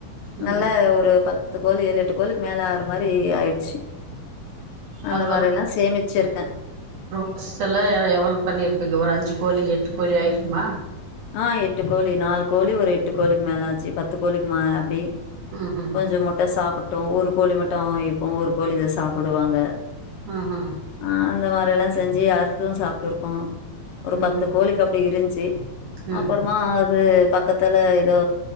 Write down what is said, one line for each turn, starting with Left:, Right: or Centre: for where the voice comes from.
Right: ம்
Left: நல்லா ஒரு பத் து கோழி ஏழு எட்டு கோழிக்கு மேல ஆகுற மாரி ஆயிச்சு அந்த
Right: அது
Left: மாரி எல்லா சேமிச்சிருக்கே
Right: <unintelligible> எ எவ்ளோ பண்ணியிருப்பீங்க ஒரு அஞ்சு கோழி எட்டு கோழி ஆயிருக்குமா
Left: ஆ எட்டு கோழி நாலு கோழி ஒரு எட்டு கோழிக்கு மேல ஆச்சு பத்து கோழிக்கு மேல அப்டி
Right: ம் ம்
Left: கொஞ்ச முட்ட சாப்பட்டோ ஒரு கோழி மட்டு அவ வெய்ப்போ ஒரு கோழி இத சாப்பிடுவாங்க
Right: ஆ ஆ
Left: ஆ அந்த மாரி எல்லா செஞ்சு அறுத்து சாப்பிட்ருக்கோ ஒரு
Right: ம்
Left: பத்து
Right: ம்
Left: கோழிக்கு அப்டி இருந்துச்சி
Right: ம்
Left: அப்புறமா
Right: ம்
Left: அது பக்கத் துல ஏதோ